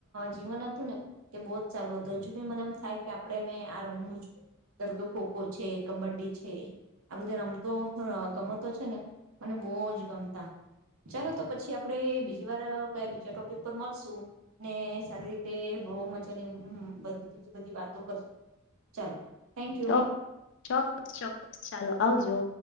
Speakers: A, on the right (about 85°); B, on the left (about 60°).
A: જીવન હતું ને એ બહુ જ સારું હતું હજુ બી મને એમ થાય કે આપડણે મેં આ રમવું જો ધ કે ખોખો છે કબડ્ડી છે આ બધે રમતો ગમતો છે ને મને બહુ જ ગમતા ચાલો તો પછી આપડે બીજી વાર ક બીજા ટોપિક પર મળશું. ને સારી રીતે બહ મજા ની બધી બીજી બધી વાતો કરશું, ચાલો. થેન્ક યુ
B: ચ ચોક્કસ ચોક્કસ ચાલો આવજો.